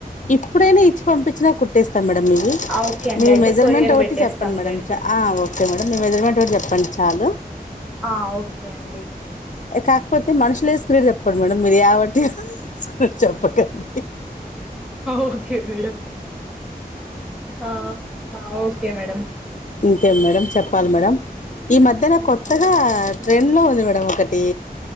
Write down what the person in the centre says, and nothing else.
ఓకే అండి
అయితే
కొరియర్
పెట్టేస్తాంలేండి
ఆ ఓకే అండి
ఓకే మేడం ఆ ఆ ఓకే మేడం